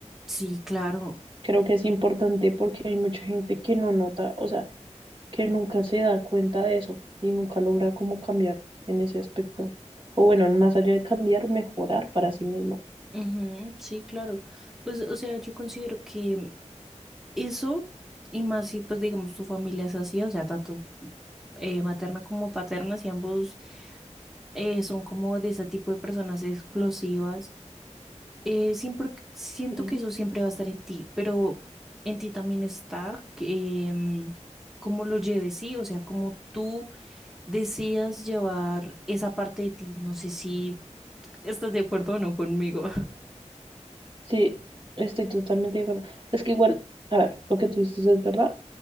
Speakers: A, in the centre; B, on the right.
A: Sí, claro.
B: Creo que es importante porque hay mucha gente que no nota, o sea, que nunca se da cuenta de eso y nunca logra como cambiar en ese aspecto. O bueno, más allá de cambiar, mejorar para sí mismo.
A: Ujú, sí, claro. Pues, o sea, yo considero que eso, y más si, pues, digamos, tu familia es así, o sea, tanto eh, materna como paterna, si ambos eh, son como de ese tipo de personas explosivas, eh, siempre siento
B: Sí,
A: que eso siempre va a estar en ti, pero en ti también está que, em, cómo lo lleves, sí, o sea, cómo tú decidas llevar esa parte de ti. No sé si estás de acuerdo o no conmigo. <laughs>
B: sí, estoy totalmente de acuerdo. Es que igual, a ver, lo que tú dices es verdad.